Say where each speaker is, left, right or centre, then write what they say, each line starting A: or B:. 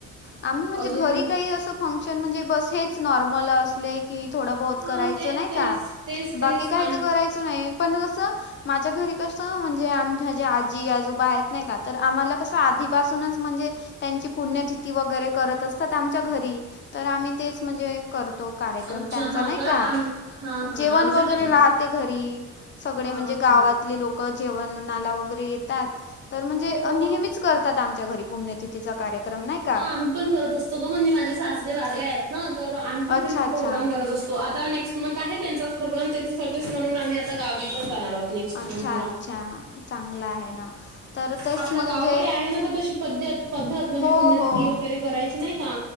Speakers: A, on the left; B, on the right.
A: आम्ही म्हणजे
B: अजून
A: घरी काही असं, फंक्शन म्हणजे हेच नॉर्मल असले की. थोडं बहुत करायचं
B: हा तेच
A: नाही
B: तेच
A: का,
B: तेच
A: बाकी
B: तेच
A: काही
B: आणि
A: तर करायचं नाही पण असं. माझ्या घरी कसं म्हणजे आम माझे आजी आजोबा आहेत नाही का तर, आम्हाला कसं आधीपासूनच म्हणजे. त्यांची पुण्यतिथी वगैरे करत असतात. आमच्या घरी तर आम्ही तेच म्हणजे, करतो कार्यक्रम
B: अच्छा
A: त्यांचा
B: हा
A: नाही का,
B: आम हा हा
A: जेवण
B: आमच्या
A: वगैरे
B: पण
A: राहते घरी. सगळे
B: हा
A: म्हणजे गावातली
B: हा
A: लोकं जेवण नाला वगैरे येतात तर म्हणजे
B: हो
A: नेहमीच. करतात आमच्या घरी पुण्यतिथीचा कार्यक्रम नाही. का
B: हा आम्ही पण करत असतो गं, म्हणजे माझे सासरे वारले आहेत. ना तर आम्ही
A: अच्छा
B: पण त्यांचा
A: अच्छा
B: प्रोग्राम करत असतो, आता नेस्ट. मत आहे त्यांचाच प्रोग्राम त्यांच्यासाठीच म्हणून, आम्ही आता गावी पण जाणार आहोत. नेस्ट
A: अच्छा
B: मंधला
A: अच्छा चांगलं आहे ना तर तेच
B: आपल्या
A: म्हणजे
B: गावाकडे आहेना गं तशी. प पद्धत म्हणजे
A: हो
B: पुण्यतिथी
A: हो
B: वगैरे करायची नाही का.